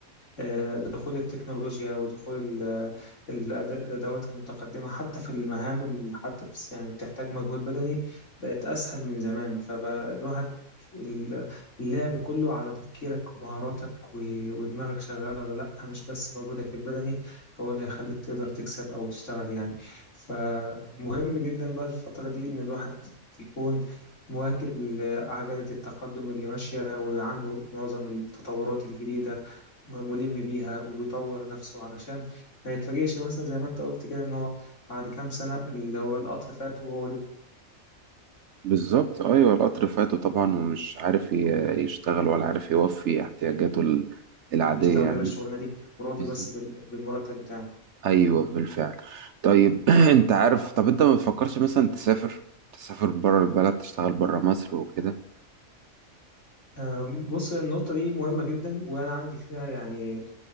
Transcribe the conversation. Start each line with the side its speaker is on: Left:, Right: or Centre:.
Left: آه، دخول التكنولوجيا ودخول ال- الأد- الأدوات المتقدمة حتى في المهام اللي حتى بس- يعني بتحتاج مجهود بدني بقت أسهل من زمان فبقى الواحد ال- اللعب كله على تفكيرك ومهاراتك و- ودماغك شغالة ولا لأ مش بس مجهودك البدني هو اللي هيخليك تقدر تكسب أو تشتغل يعني فمهم جدا بقى الفترة دي إن الواحد يكون مواكب لعجلة التقدم اللي ماشية وعنده معظم التطورات الجديدة ملم بيها وبيطور نفسه علشان ما يتفاجئش مثلا زي ما انت قلت كده ان هو بعد كام سنة اللي هو القطر فات وهو
Right: بالظبط أيوة القطر فاته طبعا ومش عارف ي- يشتغل ولا عارف يوفي احتياجاته ال- العادية
Left: يشتغل
Right: يعني
Left: غير الشغلانة دي وراضي
Right: بالظبط
Left: بس بال- بالمرتب بتاعه
Right: أيوة بالفعل طيب <clears throat> أنت عارف طب أنت ما بتفكرش مثلا تسافر تسافر بره البلد تشتغل بره مصر وكده
Left: أم، بص النقطة دي مهمة جدا وأنا عندي فيها يعني